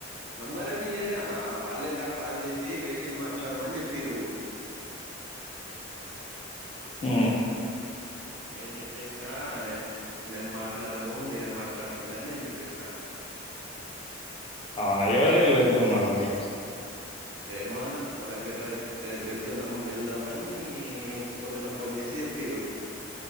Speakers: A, on the right; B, on the left.
A: నంబరేం ఇయ్యలే అన్న. వాళ్ళే నాకు కాల్ చేసి వెహికల్ మాట్లాడమని చెప్ప పిరుగు
B: ఊ
A: నేను చెప్పేసిన నేన్ నేను మాట్ మాట్లాడను మీరే మాట్లాడుకోండి అని నేను చెప్పేసిన
B: అవునా ఎవరెవరు వెళ్తున్నారు మరి
A: మ అన్న మనకువేదరి వెళ్తున్నాం. వెళ్దాం అన్నీ పొద్దున్న ఫోన్ చేసి చెప్పిన్రు.